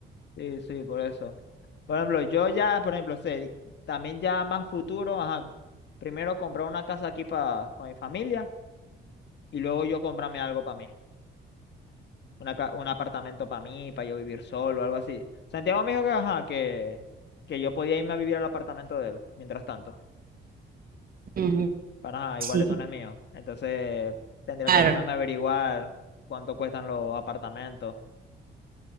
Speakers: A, on the left; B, on the right.
A: Sí, sí, por eso. Por ejemplo, yo ya, por ejemplo, sé, también ya más futuro, ajá, co- primero comprar una casa aquí para mi familia y luego yo comprarme algo para mí. Una, ca- un apartamento para mí, para yo vivir solo, algo así. Santiago me dijo que, ajá, que, que yo podía irme a vivir al apartamento de él, mientras tanto.
B: Ujú,
A: Bueno, ajá,
B: Sí,
A: iguales son los míos. Entonces tendría
B: claro.
A: que ponerme a averiguar cuánto cuestan los apartamentos.